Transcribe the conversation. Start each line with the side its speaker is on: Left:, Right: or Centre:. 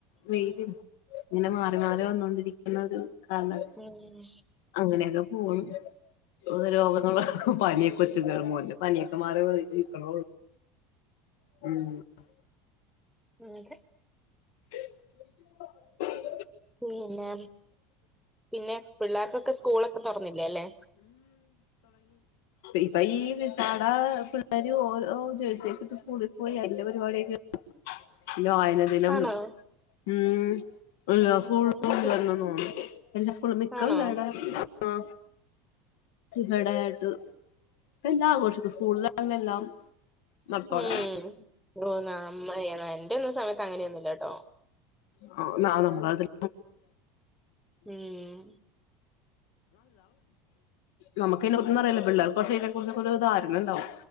Left: വെയിലും
Centre: ഉം
Left: ഇങ്ങനെ മാ മാറി വന്നോണ്ടിരിക്കുന്നത് ആണ്
Centre: ഉം
Left: അങ്ങനെയൊക്കെ പോണ് രോഗങ്ങള പനി കൊച്ചകയറുബോല്ലെ പനിയൊക്കെ മാറിക്കണ <unintelligible>
Centre: അതെ
Left: <unintelligible>
Centre: പിന്നെ പിന്നെ പിള്ളേർക്കൊക്കെ സ്കൂളൊക്കെ തുറന്നില്ലേ അല്ലേ
Left: ഇപ്പ ഈ <unintelligible> ഓരോ ജേഴ്സിയക്ക ഇട്ട് സ്കൂളിൽ പോയി അതിന്റെ പരിപാടിയൊക പിന്നെ വായനദിനം
Centre: ആണോ
Left: ഉം ഇല്ല സ്കൂളല്ലന്ന
Centre: അങ്ങനൊക്കെ
Left: തോന്നുന്നു എല്ലാ സ്കൂള മിക്ക
Centre: ആണോ
Left: പിള്ളേർടെ ആ ഇവിടെയിട്ട് എല്ലാം ആഘോഷിക്കും സ്കൂളിലാണില് എല്ലാം നടത്തോല
Centre: ഉം അമ്മയണ എന്റെ ഒന്നു സമയത്ത് അങ്ങനെയൊന്നുമല്ലട്ടോ
Left: <unintelligible> ആല്ല
Centre: ഉം
Left: നാമ്മുകയ്യിനെ കുറിച് അരില്ലലോ പിള്ളേർക് ആകുമ്പോ അയിനെ കുറിച് ഒരു ധാരണ ഉണ്ടാവും